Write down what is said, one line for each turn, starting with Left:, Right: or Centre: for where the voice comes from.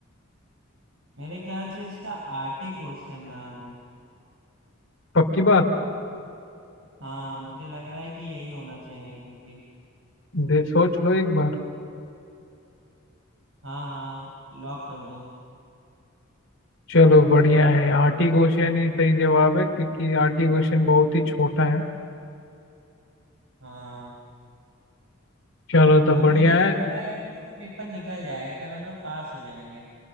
Right: मेरे ख्याल से इसका आर्टिक ओशन नाम है
Left: पक्की बात
Right: हाँ मुझे लग रहा है कि यही होना चाहिए क्योंकि
Left: दे सोच लो एक बार
Right: हाँ हाँ लॉक कर दो
Left: चलो बढ़िया है आर्टिक ओशियन ही सही जवाब है क्योंकि आर्टिक ओशियन बहुत ही छोटा है
Right: हाँ
Left: चलो तो
Right: अब
Left: बढ़िया
Right: मुझे लगता
Left: है
Right: है भाई हम लोगों का पेपर निकल जाएगा कल हम लोग पास हो जाएंगे